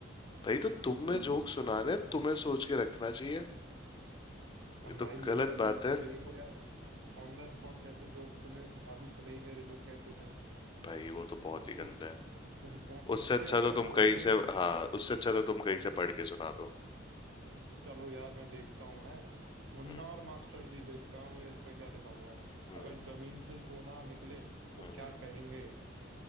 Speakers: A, on the left; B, on the right.
A: भाई तो तुम्हें
B: <laughs>
A: जोक सुनाने तुम्हें सोच के रखना चाहिए ये
B: हम भाई
A: तो
B: मेरा
A: गलत बात
B: मेरे
A: है
B: को यार ऑन द स्पॉट कैसे जोक तुम्हें अभी सुने ही मेरे जोक कैसे थे
A: भाई वो तो बहुत
B: वो,
A: ही
B: वो,
A: गंदा है
B: वो,
A: उससे
B: उससे
A: अच्छा
B: अच्छा
A: तो तुम
B: थोड़ी
A: कहीं
B: देर
A: से हाँ
B: के लिए
A: उससे अच्छा तो तुम कहीं से पढ़ के सुना दो
B: चलो यार मैं देखता हूँ है मुन्ना
A: हम्म
B: और मास्टर जी देखता हूँ मैं इसमें क्या लिखा हुआ है
A: हम्म
B: अगर जमीन से सोना निकले तो
A: हम्म,
B: क्या
A: हम्म।
B: कहेंगे